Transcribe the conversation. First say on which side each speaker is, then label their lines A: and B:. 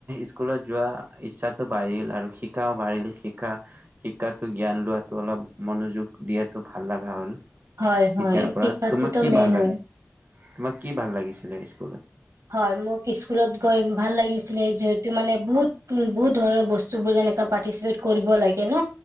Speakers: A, on the right; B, on the right.
A: স্কুলত যোৱা ইচ্ছাটো বাঢ়িল আৰু শিকাও বাঢ়িল। শিকা শিকাটো জ্ঞান লোৱাতো অলপ মনোযোগ দিয়াতো ভাল লগা হ'ল। তেতিয়াৰ
B: হয় হয়
A: পৰা
B: শিক্ষাটোতো
A: তোমাক কি
B: মেইন
A: ভাল
B: হয়
A: লাগিছিল। তোমাক কি ভাল লাগিছিলে স্কুলত
B: হয়। মোক স্কুলত গৈ ভাল লাগিছিলে। যিহেতু মানে বহুত উ বহুত ধৰণৰ বস্তু বোৰ যেনেকা পাৰ্টীচিপেট কৰিব লাগে ন